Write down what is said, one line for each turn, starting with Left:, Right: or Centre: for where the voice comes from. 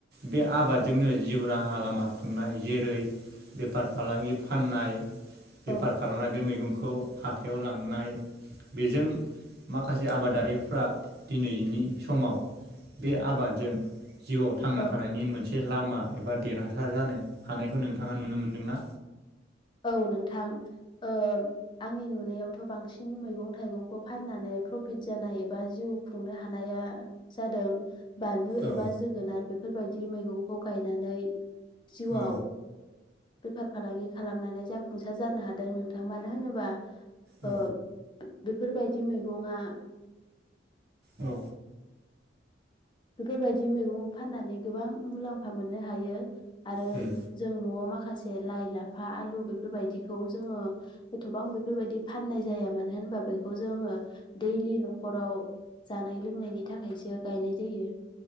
Right: बे आबादजोंनो जिउ राहा लामा खुंनाय जेरै बेफार फालांगि फाननाय बेफार
Left: औ
Right: खालामनाय बे मैगंखौ खौ हाथायाव लांनाय बेजों माखासे आबादारिफ्रा दिनैनि समाव बे आबादजों जिउआव थांना
Left: औ
Right: थानायनि मोनसे एसे लामा एबा देरहासार जानो हानायखौ नोंथाङा नुनो मोनदों ना
Left: औ नोंथां ओ आंनि नुनायावथ बांसिन मैगं थाइगंखौ फाननानै प्रफिट जानाय एबा जिउ खुंनो हानाया जादों बानलु
Right: औ
Left: एबा जोगोनार बेफोरबायदि बिदि मैगंखौ गायनानै जिउआव
Right: औ
Left: फार फालांगि खालामनानै जाफुंसार जानो हादों नोंथां मानो होनोबा
Right: औ
Left: ओ बेफोर बायदि मैगंया
Right: औ
Left: बेफोरबायदि मैगं फाननानै गोबां मुलाम्फा मोननो हायो आरो
Right: उम
Left: जों नआव माखासे लाइ लाफा आलु बेफोरबायदिखौ जोङो एथबां बेफोरबायदि फाननाय जाया मानो होनबा बेखौ जोङो दैलि नखराव जानाय लोंनायनि थाखायसो गायनाय जायो